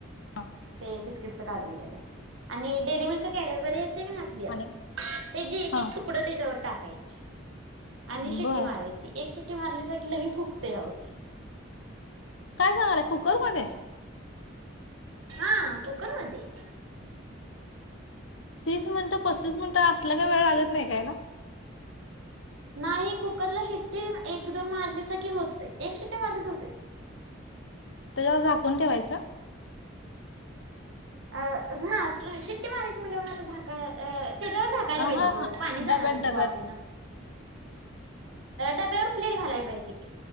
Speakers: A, on the left (about 70°); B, on the right (about 80°).
A: हा
B: ते बी काव आणि डेरी मिल्क कॅडबरी आपल्या
A: आणि
B: त्या जे एक
A: हा
B: एक तुकड त्याच्यावर टाकायचे. आणि शिट्टी
A: बर
B: मारायची एक शिट्टी मारल्याचा क लगे फुगतय या अओ ते.
A: काय सांगलाय कुकर मध्ये.
B: हा कुकर मधी.
A: तीस मिनिटं पस्तीस मिनिटं
B: त्याची
A: असल्या काही वेळ लागत नाही ना
B: नाही कुकरला शिट्टी एक दोन मारली स की होत एक शिट्टी मारली होते.
A: तरला झाकून ठेवायचं.
B: अ हा शिट्टी मारायची म्ह लवना आता झाका <unintelligible> त्याच्यावर झाकायला
A: हा
B: पाहिजे घेव
A: हा
B: पाणी
A: डब्यात
B: जाणार नाही
A: डब्यात
B: त र वापेन. डब्यावर प्लेट घालाया पाहिजे की